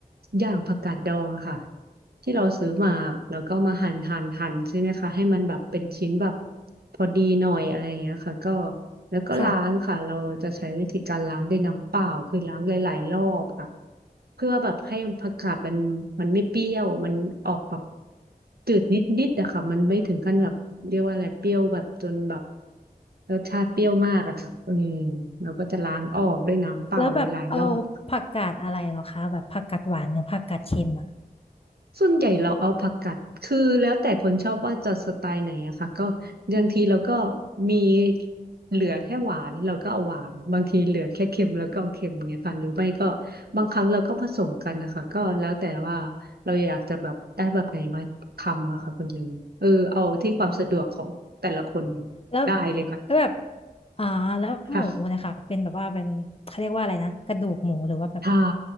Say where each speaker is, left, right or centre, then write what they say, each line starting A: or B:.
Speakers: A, on the right; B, on the left.
A: ย่างผักกาดดองค่ะ ที่เราซื้อมาแล้วก็มาหั่นหั่นหั่นใช่ไหมคะให้มันแบบเป็นชิ้นแบบพอดีหน่อยอะไรอย่างเงี้ยค่ะก็แล้วก็ล้างค่ะเราจะใช้วิธีการล้างด้วยน้ำเปล่าคือล้างหลายๆรอบค่ะ
B: ค่ะ
A: เพื่อแบบให้ผักกาดมันมันไม่เปรี้ยวมันออกแบบจืดนิดๆอะค่ะมันไม่ถึงขั้นแบบเรียกว่าอะไรเปรี้ยวแบบจนแบบรสชาติเปรี้ยวมากอะค่ะเออเราก็จะล้างออกด้วยน้ำเปล่าหลายๆรอบ
B: แล้วแบบเอาผักกาดอะไรเหรอคะแบบผักกาดหวานหรือผักกาดเค็มอ่ะ
A: ส่วนใหญ่เราเอาผักกัดคือแล้วแต่คนชอบว่าจะสไตล์ไหนอะค่ะก็บางทีเราก็มีเหลือแค่หวานเราก็เอาหวานบางทีเหลือแค่เค็มเราก็เอาเค็มอย่างเงี้ยค่ะหรือไม่ก็บางครั้งเราก็ผสมกันนะคะก็แล้วแต่ว่าเราอยากจะแบบได้แบบไหนมาทำอะค่ะคุณลุงเออเอาที่ความสะดวกของแต่ละคน
B: แล้ว
A: ได้เลยค่ะ
B: แล้วแบบอ่าแล้วหมูนะคะเป็นแบบว่าเป็นเขาเรียกว่าอะไรนะกระดูกหมูหรือว่าแบบ
A: ค่ะ ใช่